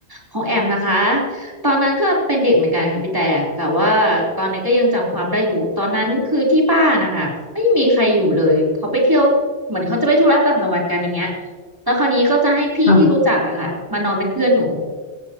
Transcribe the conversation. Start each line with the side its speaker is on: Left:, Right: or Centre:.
Right: ของแอมนะคะตอนนั้นก็เป็นเด็กเหมือนกันค่ะพี่แต่แต่ว่าตอนนั้นก็ยังจำความได้อยู่ตอนนั้นคือที่บ้านนะคะไม่มีใครอยู่เลยเขาไปเที่ยวเหมือนเขาจะไปธุระต่างจังหวัดกันอย่างเงี้ยแล้วคราวนี้ก็จะให้พี่ที่รู้จักอะค่ะมานอนเป็นเพื่อนหนู
Left: ค่ะ